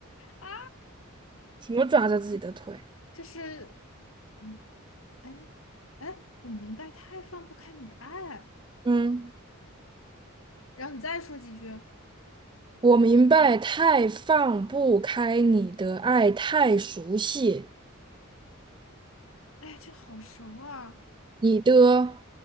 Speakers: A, on the left; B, on the right.
A: 啊，
B: 什么抓着自己的腿？
A: 就是，嗯，哎哎，我明白，太放不开你的爱，
B: 嗯，
A: 然后你再说几句，
B: 我明白太放不开你的爱，太熟悉
A: 哎，这好熟啊，
B: 你的